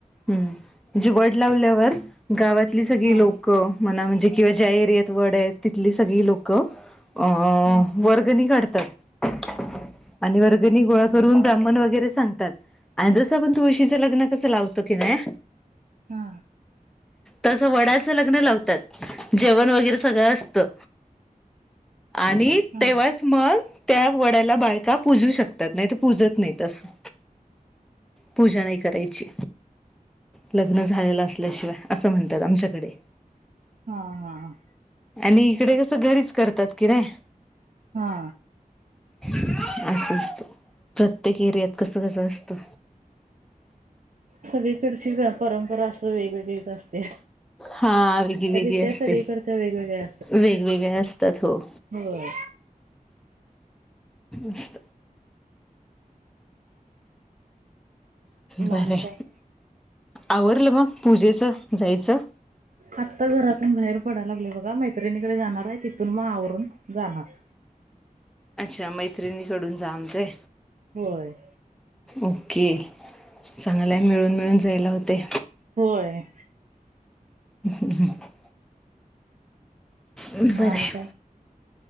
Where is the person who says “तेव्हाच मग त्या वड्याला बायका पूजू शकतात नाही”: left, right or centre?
Centre